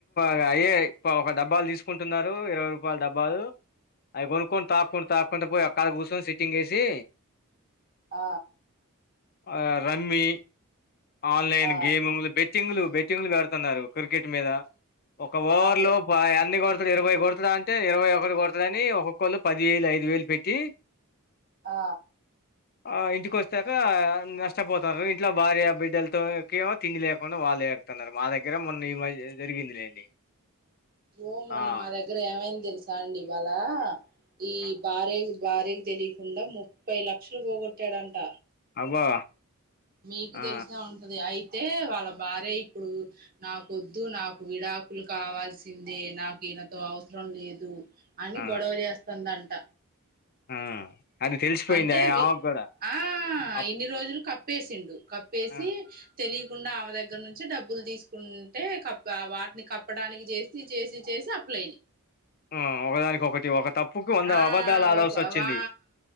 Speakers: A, on the left; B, on the right.
A: ఇక అయ్యే ఇ ఒక డబ్బాల్ తీసుకుంటున్నారు ఇరవై రూపాయల్ డబ్బాలు అవి కొనుక్కొని తాక్కుని తాక్కుంట పోయి ఓక్కడ కూర్చొని సిట్టింగ్ ఏసి
B: ఆ
A: ఆ రమ్మి ఆన్లైన్
B: ఆ
A: గేములు బెట్టింగ్లు బెట్టింగ్లు పెడతన్నారు క్రికెట్ మీద ఒక ఓవర్
B: అదే
A: లోపు అయన్ని కొడ ఇప్పుడు ఇరవై కొడుతడా అంటే ఇరవై ఒకటి కొడతడు అని ఒక్కొక్కళ్ళు పది వేలు ఐదు వేలు పెట్టి
B: ఆ
A: ఆ ఇంటి కొచ్చాక నష్టపోతారు ఇంట్లో భార్య బిడ్డలతో ఎక్కి ఏమో తిండి లేకుండా వాళ్ళు ఏడుతున్నారు మా దగ్గర మొన్న ఈ మద్ జరిగిందిలేండి
B: ఓ మొన్న
A: ఆ
B: మా దగ్గర ఏమైంది తెలుసా అండి ఇవాళ ఈ
A: ఆ,
B: భార్య భార్యకు తెలియకుండా ముప్పై లక్షలు పోగొట్టాడంట
A: అబ్బా
B: మీకు
A: ఆ
B: తెలిసే ఉంటది అయి తే వాళ్ళ భార్య ఇప్పుడు నాకొద్దు నాకు విడాకులు కావాల్సిందే నాకు ఈనతో అవసరం లేదు అని
A: ఆ
B: గొడవ చేస్తాందంట
A: ఆ అది తెలిసిపోయింది
B: అంటే
A: ఆ-
B: వి
A: ఆమెకు కూడా
B: ఆ
A: అప్-
B: ఇన్ని రోజులు కప్ ప్పేసిండు కప్పేసి
A: ఆ,
B: తెలి కుండా ఆమె దగ్గర నుంచి డబ్బులు తీసుకుంటే వాటిని కప్పడానికి చేసి చేసి చేసి అప్ <unintelligible>
A: ఆ ఒకదానికి ఒకటి ఒక తప్పుకి వంద
B: ఆ
A: అబద్ధాలు ఆడాల్సి
B: ఒక
A: వచ్చింది
B: వా